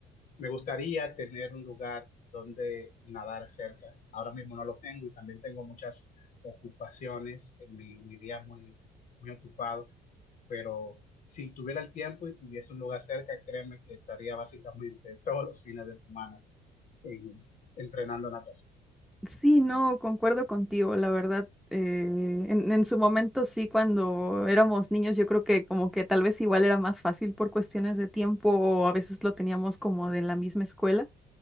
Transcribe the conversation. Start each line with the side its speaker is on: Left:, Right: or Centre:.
Left: Me gustaría tener un lugar donde nadar cerca. Ahora mismo no lo tengo y también tengo muchas ocupaciones, en mi, mi día es muy, muy ocupado, pero si tuviera el tiempo y tuviese un lugar cerca, créeme que estaría básicamente <laughs> todos los fines de semana en- entrenando natación.
Centre: Sí, no, concuerdo contigo, la verdad. eh, en, en su momento sí, cuando éramos niños, yo creo que como que tal vez igual era más fácil por cuestiones de tiempo o a veces lo teníamos como de la misma escuela.